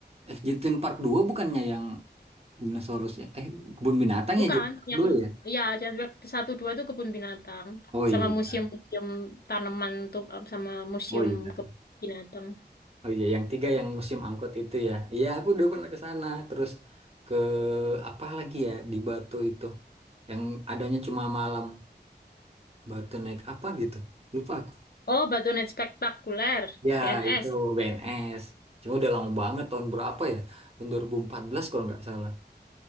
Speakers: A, on the right; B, on the left.
A: eh Jatim Park dua bukannya yang dinosaurus ya? Eh kebun binatang
B: Bukan,
A: ya Jatim Park
B: yang
A: 2 ya?
B: ya Jatim Park 1 2 itu kebun binatang
A: Oh iya.
B: sama museum-museum tanaman tuh eh, sama museum
A: Oh iya.
B: kebun binatang.
A: Oh iya, yang tiga yang musim angkut itu ya. Iya, aku udah pernah ke sana. Terus ke apa lagi ya di Batu itu yang adanya cuma malam. Batu naik apa gitu. Lupa aku.
B: Oh, Batu Night Spektakuler,
A: Ya,
B: BNS.
A: itu BNS. Cuma udah lama banget tahun berapa ya? Tahun 2014 kalau nggak salah.